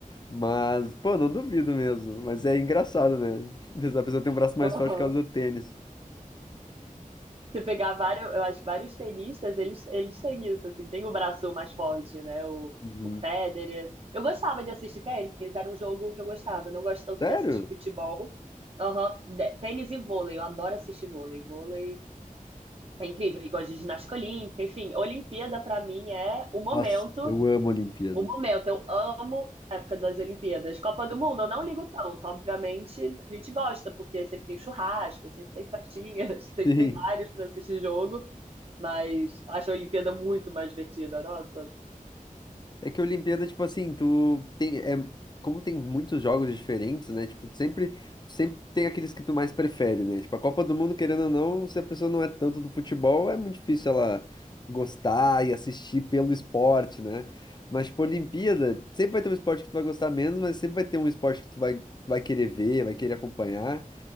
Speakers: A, on the left; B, on the right.
A: Mas, pô, não duvido mesmo. Mas é engraçado, né? <laughs> A pessoa tem um braço mais
B: Aham.
A: forte por causa do tênis.
B: Você pegar vários, eu acho que vários tenistas, eles, eles têm isso, assim, tem o braço mais forte, né? O,
A: Uhum.
B: o Federer. Eu gostava de assistir tênis, era um jogo que eu gostava. Eu não gosto tanto
A: Sério?
B: de assistir futebol. Aham. De- Tênis e vôlei, eu adoro assistir vôlei. Vôlei É incrível. E gosto de ginástica olímpica. Enfim, Olimpíada pra mim é o momento.
A: Nossa, eu amo a Olimpíada.
B: O momento. Eu amo a época das Olimpíadas. Copa do Mundo, eu não ligo tanto. Obviamente, a gente gosta, porque sempre tem churrasco, sempre tem festinhas, <laughs> sempre
A: Sim.
B: tem vários pra assistir jogo. Mas acho a Olimpíada muito mais divertida. Nossa,
A: É que a Olimpíada, tipo assim, tu tem, é, como tem muitos jogos diferentes, né? Tipo, sempre, sempre tem aqueles que tu mais prefere, né? Tipo, a Copa do Mundo, querendo ou não, se a pessoa não é tanto do futebol, é muito difícil ela gostar e assistir pelo esporte, né? Mas, tipo, Olimpíada, sempre vai ter um esporte que tu vai gostar menos, mas sempre vai ter um esporte que tu vai, vai querer ver, vai querer acompanhar.